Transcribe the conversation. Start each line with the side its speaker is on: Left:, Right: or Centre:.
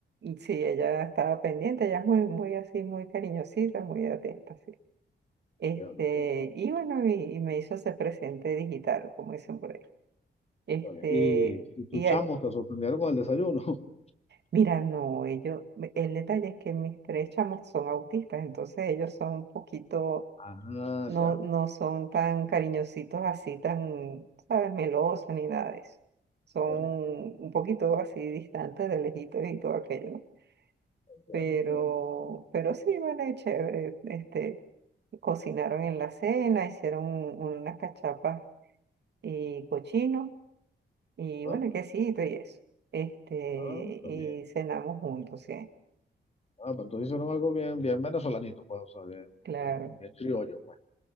Right: sí, ella estaba pendiente, ella es muy, muy así, muy cariñosita, muy atenta, sí. Este,
Left: Entiendo, entiendo.
Right: y bueno, y, y me hizo ese presente digital, como dicen por ahí. Este,
Left: Está bien. Y, y tus
Right: y
Left: chamos
Right: eh,
Left: te sorprendieron con el desayuno. <laughs>
Right: mira, no, ellos, el detalle es que mis tres chamos son autistas, entonces ellos son un poquito,
Left: Ah,
Right: no,
Left: ya.
Right: no son tan cariñositos así, tan, sabes, melosos ni nada de eso. Son
Left: Entiendo,
Right: un poquito así distantes de lejitos y todo aquello, ¿no?
Left: entiendo,
Right: Pero,
Left: entiendo.
Right: pero sí, vale, chévere. Este, cocinaron en la cena, hicieron un- unas cachapas y cochino, y
Left: Ah,
Right: bueno, y quesito y eso. Este,
Left: ah, está
Right: y
Left: bien.
Right: cenamos juntos, sí,
Left: Ah, pero entonces hicieron algo bien, bien venezolanito, pues, o sea, bien,
Right: claro.
Left: bien, bien criollo, pues.